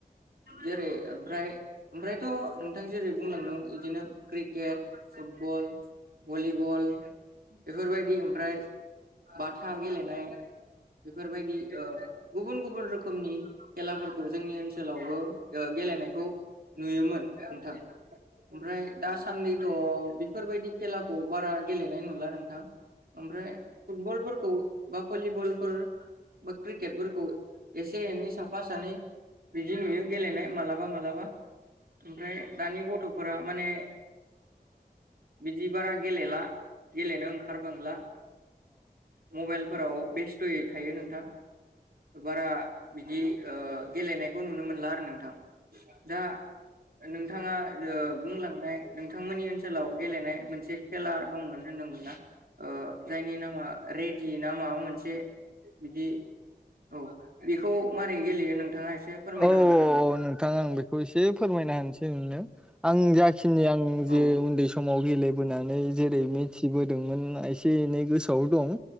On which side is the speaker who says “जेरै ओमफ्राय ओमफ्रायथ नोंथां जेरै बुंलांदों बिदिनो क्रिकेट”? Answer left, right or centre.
Right